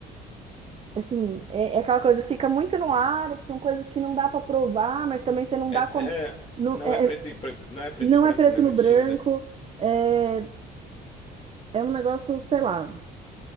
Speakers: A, on the right; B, on the left.
A: Assim, é, é aquela coisa, fica muito no ar, são coisas que não dá pra provar, mas também você não
B: É,
A: dá como.
B: é,
A: Não
B: não
A: é,
B: é preto
A: é-
B: e, pre- não é preto
A: não
B: e branco,
A: é preto
B: né? É
A: no
B: muito
A: branco,
B: cinza.
A: é, é um negócio, sei lá.